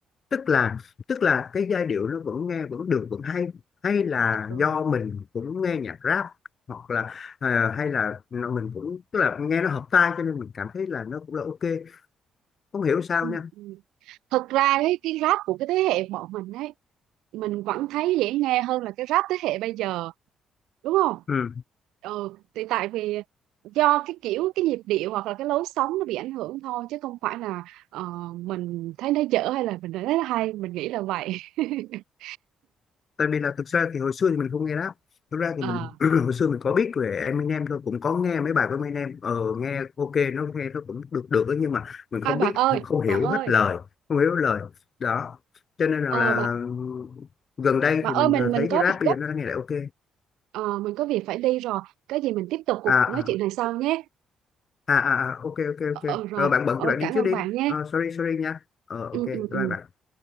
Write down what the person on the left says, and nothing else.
tức là tức là cái giai điệu nó vẫn nghe vẫn được vẫn hay hay là
do mình cũng nghe nhạc rap hoặc là à, hay là nó- mình cũng tức là nghe nó hợp tai cho nên mình cảm thấy là nó cũng là ok không hiểu sao
nha
ừ.
tại vì là thực ra thì hồi xưa thì mình không nghe rap thực ra thì
mình <clears throat> hồi xưa mình có biết về Eminem thôi cũng có nghe mấy bài của Eminem ờ nghe ok nó nghe nó cũng được được đó, nhưng mà mình
không
biết
không hiểu
hết lời không hiểu hết lời đó cho nên là,
là
gần đây
thì
mình
ờ,
thấy
cái rap
bây
giờ nó nghe lại ok
à à
à, à à, ok ok
ok
rồi bạn bận
thì bạn đi
trước đi
Ờ, sorry sorry nha ờ ok
bye
bạn